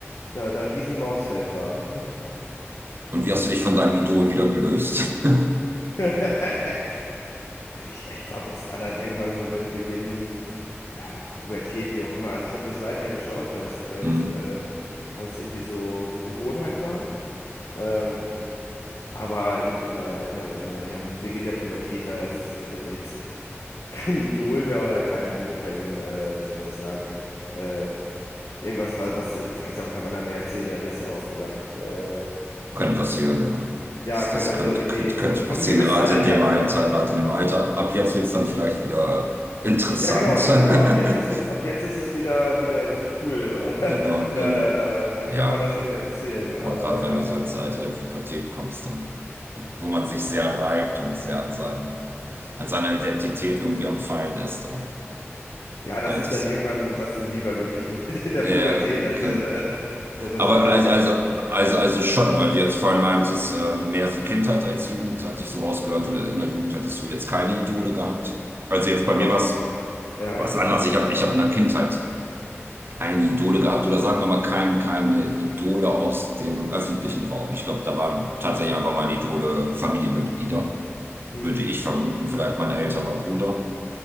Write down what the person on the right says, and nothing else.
Und wie hast du dich von deinem Idol wieder gelöst? <laughs>
Mhm.
Könnte
passieren, ja.
Das,
das
könnte,
könnte, könnte
passieren,
gerade
in dem Alter,
gerade in dem Alter. Ab, ab jetzt wird es dann vielleicht wieder interessant.
<laughs>
Genau,
genau.
Ja.
Aber gerade wenn
du so ins Alter der Pubertät kommst, dann, wo man sich sehr reibt und sehr an seinem, an seiner Identität irgendwie am Feilen ist, da,
da hättest
du.
Ja,
okay.
Aber
also,
also,
also, also schon, weil du jetzt vorhin meintest, äh, mehr so Kindheit als Jugend, hatte ich so rausgehört, du- in der Jugend hättest du jetzt keine Idole gehabt. Also jetzt bei mir
war es
was
anders.
Ich habe ich hab in der Kindheit keine Idole gehabt oder sagen wir mal kein, keine Idole aus dem öffentlichen Raum. Ich glaube, da waren tatsächlich einfach meine Idole Familienmitglieder.
würde ich vermuten, vielleicht mein älterer Bruder,